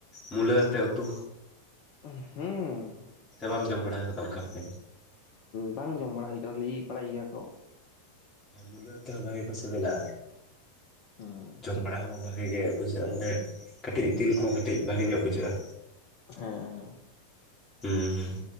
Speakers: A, on the left; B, on the left.
A: ᱢᱩᱞᱟᱹ ᱟᱛᱮᱜ ᱩᱛᱩ
B: ᱦᱩᱸ
A: ᱥᱮ ᱵᱟᱢ ᱡᱚᱢ ᱵᱟᱲᱟ ᱟᱠᱟᱫᱟ ᱚᱱᱠᱟ ᱠᱟᱛᱮ
B: ᱵᱟᱝ ᱡᱚᱢ ᱵᱟᱲᱟ ᱦᱩᱭ ᱠᱟᱱᱟ ᱞᱮᱭ ᱵᱟᱲᱟᱭ ᱜᱮᱭᱟ ᱠᱚ
A: ᱢᱩᱞᱳ ᱛᱮ ᱦᱚᱸ ᱵᱷᱟᱜᱤ ᱠᱚ ᱥᱮᱵᱮᱞᱟ
B: ᱦᱩᱸ ᱦᱩᱸ
A: ᱵᱟᱲᱟ ᱦᱚᱸ ᱵᱷᱟᱜᱮ ᱜᱮ ᱵᱩᱡᱷᱟᱹᱜ-ᱟ ᱢᱟᱱᱮ ᱠᱟᱹᱴᱤᱡ ᱤᱛᱤᱞ ᱠᱚ ᱠᱟᱴᱤᱜ ᱵᱷᱟᱜᱤᱧᱚᱜ ᱵᱩᱡᱷᱟᱹᱜᱼᱟ
B: ᱦᱮᱸ ᱦᱮᱸ
A: ᱮᱸ ᱦᱮᱸ